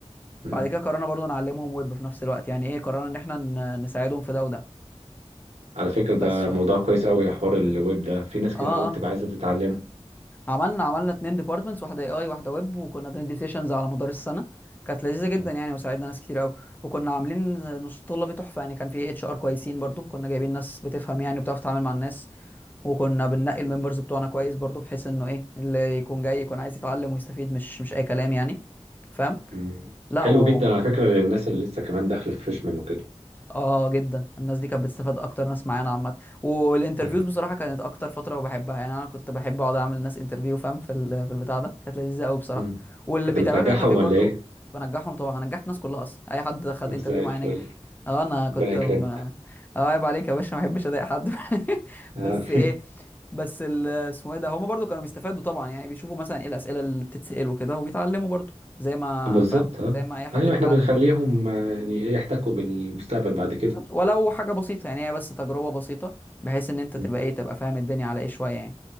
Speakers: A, on the right; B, on the left.
A: مم.
B: بعد كده قررنا برضو نعلمهم ويب في نفس الوقت يعني ايه قررنا ان احنا ن... نساعدهم في ده وده
A: على فكره
B: بس
A: ده
B: اه
A: موضوع كويس قوي حوار الويب ده في ناس كتير
B: اه
A: قوي بتبقى عايزه تتعلمه
B: عملنا عملنا اتنين ديبارتمنتس واحده اي اي واحده ويب وكنا بندي سيشنز على مدار السنه كانت لذيذه جدا
A: مم.
B: يعني وساعدنا ناس كتير قوي وكنا عاملين نص طلبي تحفه يعني كان في اتش ار كويسين برضو كنا جايبين ناس بتفهم يعني وبتعرف تتعامل مع الناس وكنا بننقي الممبرز بتوعنا كويس برضو بحيث انه ايه اللي يكون جاي يكون عايز يتعلم ويستفيد مش مش اي كلام يعني فاهم
A: مم.
B: لا
A: حلو
B: و...
A: جدا على فكرة للناس اللي لسه كمان داخلة في فريشمان وكده
B: اه جدا الناس دي كانت بتستفاد اكتر ناس معانا عامه والانترفيوز
A: أيوة.
B: بصراحه كانت اكتر فتره بحبها يعني انا كنت بحب اقعد اعمل ناس انترفيو فاهم في ال- في البتاع ده كانت لذيذه قوي بصراحه
A: مم.
B: واللي
A: كنت
B: بيتعملوا
A: بتنجحهم
B: انترفيو
A: ولا
B: برضو
A: إيه؟
B: كنت بنجحهم طبعا أنا نجحت الناس كلها اصلا اي حد خد انترفيو
A: زي
B: معايا
A: الفل
B: نجح اه انا كنت
A: ربنا يكرمك
B: م... اه عيب عليك يا باشا ما بحبش اضايق حد <laughs>
A: آه.
B: بس ايه بس ال- اسمه ايه ده هما برضو كانوا بيستفادوا طبعا يعني بيشوفوا مثلا ايه الاسئله اللي بتتسال وكده وبيتعلموا برضو زي ما
A: <laughs> بالظبط
B: فاهم
A: اه
B: زي ما اي حد
A: أيوة
B: بيتعلم
A: إحنا بنخليهم
B: يعني
A: آه، يعني إيه، يحتكوا بالمستقبل بعد كده
B: بالظبط ولو حاجة بسيطة يعني هي بس تجربة بسيطة بحيث ان انت
A: مم.
B: تبقى ايه تبقى فاهم الدنيا على ايه شوية يعني